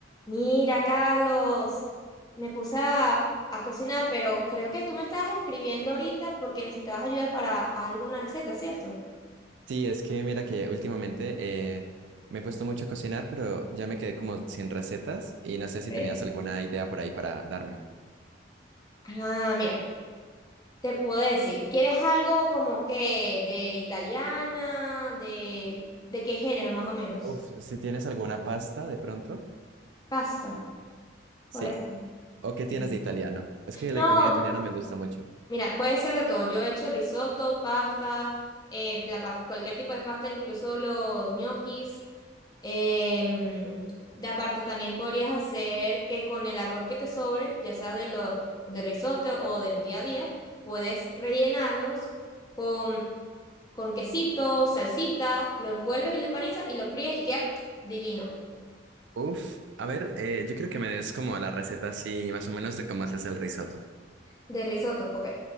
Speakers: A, on the left; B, on the right.
A: Mira, Carlos, me puse a, a cocinar, pero creo que tú me estabas escribiendo ahorita porque necesitabas ayuda para alguna receta, ¿cierto?
B: Sí, es que mira que últimamente eh, me he puesto mucho a cocinar, pero ya me quedé como sin recetas y no sé si
A: ¿ok?
B: tenías alguna idea por ahí para darme.
A: Ah, mira, te puedo decir, ¿quieres algo como que de italiana, de, de qué género más o menos?
B: Uf, si tienes alguna pasta de pronto,
A: Pasta,
B: sí.
A: puede ser.
B: ¿O qué tienes
A: Sí.
B: de italiano? Es que
A: No,
B: la comida italiana me gusta mucho.
A: Mira, puede ser de todo. Yo he hecho risotto, pasta, eh, la pas- cualquier tipo de pasta, incluso los ñoquis. Em, de aparte, también podrías hacer que con el arroz que te sobre, ya sea de lo, de risotto o del día a día, puedes rellenarlos con, con quesito, salsita, lo envuelves y lo empanizas y lo fríes y queda divino.
B: Uf, a ver, eh, yo quiero que me des como la receta así, más o menos de cómo haces el risotto.
A: De risotto, ok.